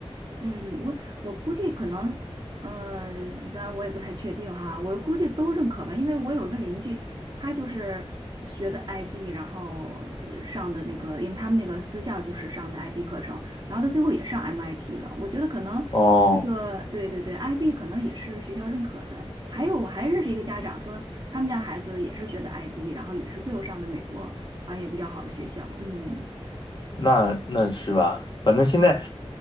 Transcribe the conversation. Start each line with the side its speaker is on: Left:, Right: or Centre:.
Right: 嗯，我我估计可能，呃，当然我也不太确定哈，我估计都认可吧，因为我有一个邻居，他就是学的 IB，然后呃上的那个，因为他们那个私校就是上的 IB 课程，然后他最后也上 MIT 了。我觉得可能这个，
Left: 哦，
Right: 对对对，IB 可能也是学校认可的。还有我还认识一个家长说，他们家孩子也是学的 IB，然后也是最后上的美国，好像也比较好的学校。嗯，
Left: 那那是吧？反正现在